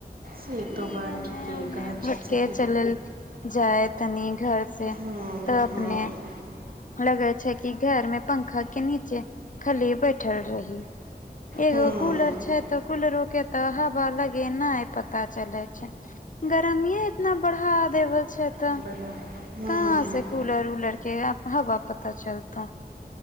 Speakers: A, on the right; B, on the left.
A: से
B: की
A: तो बात
B: एने
A: ठीके
B: उने
A: कहै छै
B: भटके
A: सखी
B: चलल जाय तनी घर से
A: हँ
B: तऽ अपने
A: हँ
B: लगे छै की घर में पंखा के नीचे खली बैठल रही एगो
A: हँ
B: कूलर छै तऽ कूलर ओके तऽ हवा लगी नहि पता चले छै गर्मी इतना बढ़ा देव छै तऽ
A: बड़ा हँ
B: कहाँ से कूलर पुलर के हवा पता चलतै